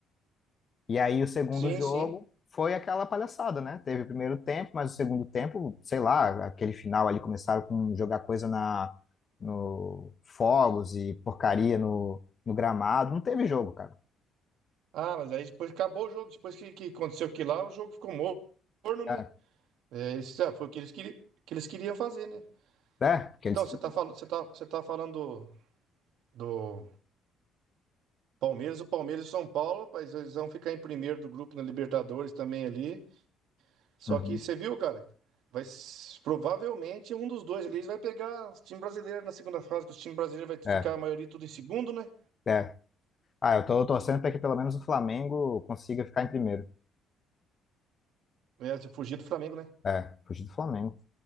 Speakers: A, on the left; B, on the right.
A: E aí o segundo
B: Sim,
A: jogo
B: sim.
A: foi aquela palhaçada, né? Teve o primeiro tempo, mas o segundo tempo, sei lá, aquele final ali começaram com jogar coisa na no fogos e porcaria no, no gramado. Não teve jogo, cara.
B: Ah, mas aí depois acabou o jogo. Depois que, que aconteceu aquilo lá, o jogo ficou morno, né?
A: É,
B: É, eles, ah, foi o que eles, queri- que eles queriam fazer, né?
A: é, porque eles
B: Então,
A: que.
B: você tá, falando você tá, você tá falando do, do Palmeiras, o Palmeiras e o São Paulo, rapaz, eles vão ficar em primeiro do grupo na Libertadores também ali. Só
A: Uhum.
B: que você viu, cara? Vai, s- provavelmente um dos dois ali vai pegar o time brasileiro na segunda fase, que o time brasileiro vai ficar
A: É,
B: a maioria tudo em segundo, né?
A: é. Ah, eu tô torcendo para que pelo menos o Flamengo consiga ficar em primeiro.
B: Vai fugir do Flamengo, né?
A: É, fugir do Flamengo.